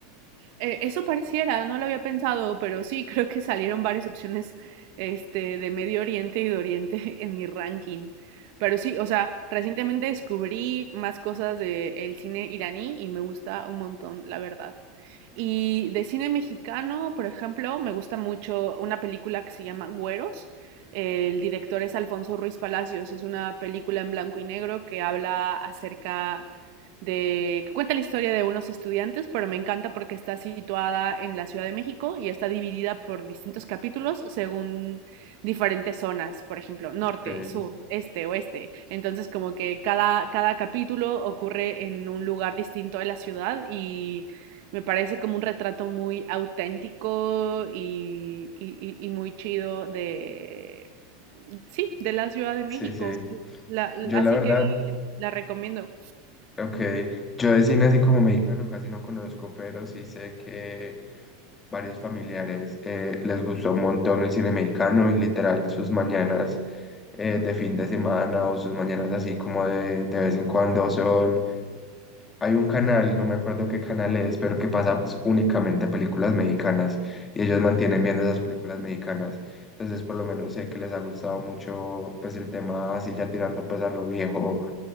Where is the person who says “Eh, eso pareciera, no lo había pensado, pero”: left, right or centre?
Right